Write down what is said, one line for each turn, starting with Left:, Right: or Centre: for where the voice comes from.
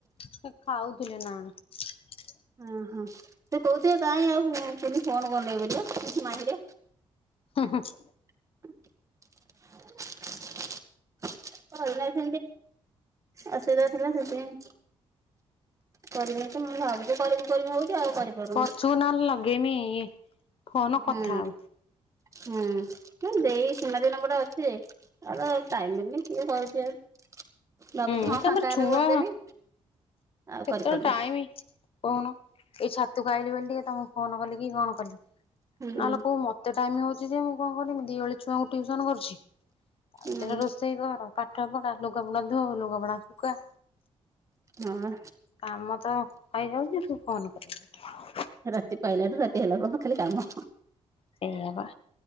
Left: ସେ ଖାଉଥିଲେ ନା କଣ?
Right: ଓ ହଁ ତ କହୁଚି କାହିଁ ଆଉ କୁନି ଫୋନ କରୁନି ମାହିରେ
Left: ହଁ ହ।
Right: <inaudible> ଭ ନ <unintelligible> ଟ ଅସୁବିଧା ଥିଲା ସେଥିପାଇଁ। କରିବି ତ ମୁଁ ଭାବୁଛି କରିବି କରିବି ଆଉ କରିପାରୁନି।
Left: ପଚୁ ନ ଲଗେଇମି ଫୋନ
Right: ହୁଁ
Left: କଥା ହବୁ।
Right: ହୁଁ ଦେଇସିନା ଦିନ ପଟେ ଅଛି ଆଉ ଟାଇମ ମିଳୁନି କିଏ କରୁଚି ଆଉ? ବାବୁ
Left: ହୁଁ ତାପରେ
Right: ଫାଙ୍କା ହେଲେ
Left: ଛୁଆ
Right: କରିଦେବି। ଆଉ
Left: କେତେବେଳେ
Right: କରିପାରୁନି
Left: ଟାଇମ କଣ ଏଇ ଛାତକୁ ଆଇଲି ବୋଲି ଟିକେ ତମକୁ ଫୋନ କଲି। କଣ କଲି
Right: ହୁଁ
Left: ନହେଲେ କଉ ମତେ ଟାଇମ ହଉଛି ଯେ ମୁଁ କଣ ମ ଦିଓଳି ଛୁଆଙ୍କୁ ଟୁସନ କରୁଚି ତା
Right: ହୁଁ
Left: ଭିତରେ ରୋଷେଇ କର ପାଠ ପଢା ଲ ଲୁଗାପଟା ଧୋ ଲୁଗାପଟା ସୁକା।
Right: ହଁ
Left: କାମ ତ ହେଇଯାଉଛି ତୁ ଫୋନ କରିବୁ?
Right: ରାତି ପାଇଲାଠୁ ରାତି ହେଲା ପର୍ଯ୍ୟନ୍ତ ଖାଲି କାମ।
Left: ସେଇଆ ବା।